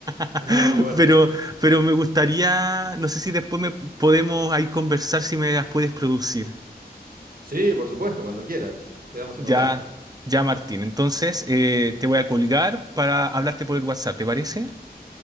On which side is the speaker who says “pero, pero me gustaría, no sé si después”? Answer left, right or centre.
Right